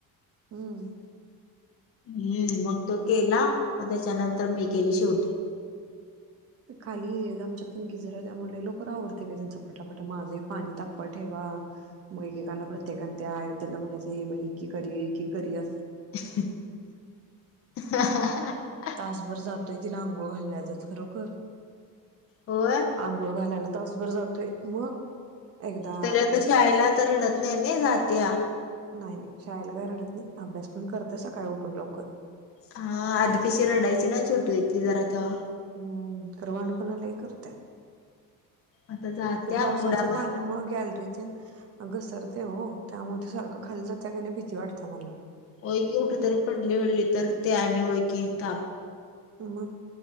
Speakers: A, on the right; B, on the left.
A: हम्म
B: हम्म मग तो केला मग त्याच्यानंतर मी केली शेवटी
A: ते खाली आमच्यात पण गिजर आहे त्यामुळे लय लवकर आवरतंय बाई त्यांचं पटापटा माझं हे पाणी तापवाय ठेवा हा मग एकेकाना प्रत्येकाना त्या आहेत त्यांना म्हणायचं ये बाई इकि कर ये इकि कर ये
B: हं हं हं
A: तासभर जातोय तिला आंगोळ घालण्यातच खरोखर
B: होय
A: आंगोळ घालायला तासभर जातोय मग एकदा
B: तरी आता शाळेला आता रडत नाही ना जात्या
A: नाही नाही. शाळेला काय रडत नाही अभ्यास पण करते सकाळी उठून लवकर.
B: हा आधी कशी रडायची ना छोटी होती जरा तेव्हा
A: हम्म. खरं वांडपणा लयं करत्या.
B: आता जात्या
A: ते पावसाच्या
B: उड्या
A: पाण्यामुळं
B: मार
A: गॅलरी तून घसरतंय ओ त्यामुळे ती सारखं खाली जात्या कि नाही भीती वाटत्या मला
B: होय की कुठंतरी पडली बिडली तर ते आणि होय की ताप
A: मग